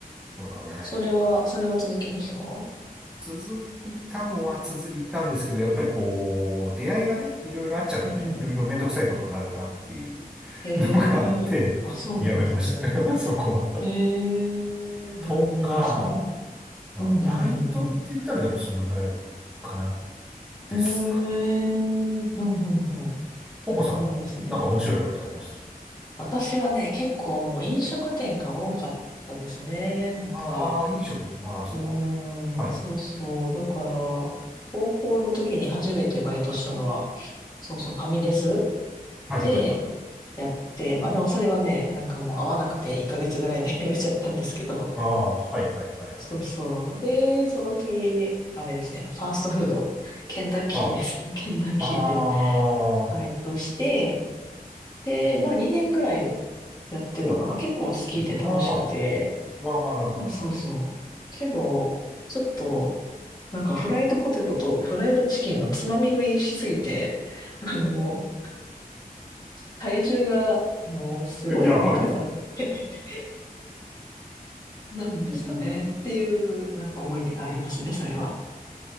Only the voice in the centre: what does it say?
うん
続いたのは続いたんですけど、やっぱりこう、出会いがね、いろいろあっちゃうとね、
いろいろめんどくさいことになるなっていうのがあって、
やめましたね、<laughs> そこは。
とか、まあ、
バイトって言ったらでもそのぐらいかな、ですかね。
ココさんはなんか面白いバイトありました
ああー、飲食も、ああ、そうか。
はい。
はいはいはい。
ああ、はいはいはいはい。
あ
あ、
ああ、
ほう。
まあまあ、まあまあ長い。
はい。
<laughs> やばい
<laughs>